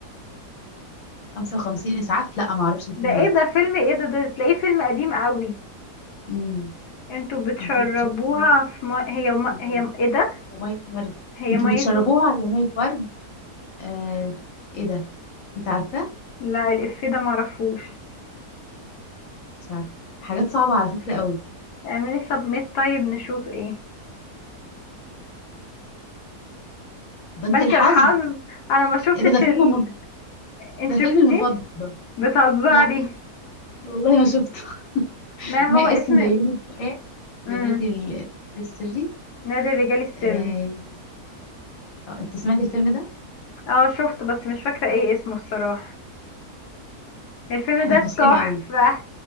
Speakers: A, on the left; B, on the left.
A: 55 اسعاف لا ما اعرفش الفيلم
B: ده ايه
A: ده
B: ده فيلم ايه ده ده تلاقيه فيلم قديم قوي
A: امم
B: انتوا بتشربوها
A: انتوا بتشربوها
B: في ما... هي ما...
A: يا
B: هي
A: ميه
B: ايه ده
A: يا مية ورد
B: هي
A: انتوا
B: ميته
A: بتشربوها يا ميه ورد آه ايه ده انت عارفه
B: لا الإفيه ده معرفوش
A: مش عارفه حاجات صعبة على فكرة قوي
B: اعملي سبميت طيب نشوف ايه
A: بنك
B: بنك
A: الحظ
B: الحظ انا ما شفتش
A: ايه ده ده فيلم
B: ال...
A: م...
B: انت
A: ده فيلم
B: شفتيه
A: المفضل
B: بتهزري
A: لا والله ما شفته <laughs>
B: ما هو
A: ما
B: اسم
A: اسم ده يوم الفؤاد
B: امم
A: في نادي ال- السري
B: نادي الرجال السري
A: آه... آه، انت سمعت الفيلم ده
B: اه شفته بس مش فاكرة ايه اسمه الصراحة الفيلم
A: احنا
B: ده
A: فاشلين
B: تحفة
A: قوي